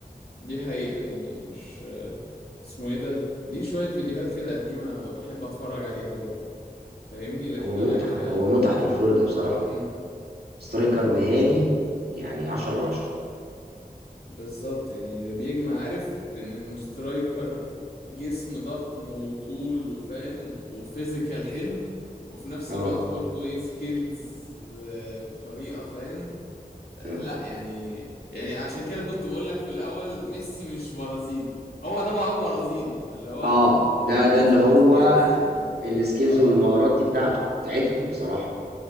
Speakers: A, on the left; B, on the right.
A: دي حقيقة يعني مش اسمه ايه ده دي شوية فيديوهات كده قديمة ب- بحب اتفرج عليها برضه فاهمني لكن
B: هو متعة
A: انا ك
B: هو متعة للفرجة بصراحة
A: مم.
B: سترايكر مهاري يعني 10 على 10
A: بالظبط يعني ده بيجمع عارف بين انه سترايكر جسم ضخم وطول وفاهم وفيزيكال حلو وفي نفس
B: اه
A: الوقت برضه ايه سكيلز بطريقة فاهم آه،
B: تمام
A: لا يعني يعني عشان كده كنت بقولك في الاول ميسي مش برازيلي هو ده بقى برازيلي فاللي هو
B: اه ده
A: حتة
B: ده اللي
A: السكيلز
B: هو
A: دي
B: السكيلز
A: اه,
B: والمهارات دي بتاعته بتاعتهم بصراحة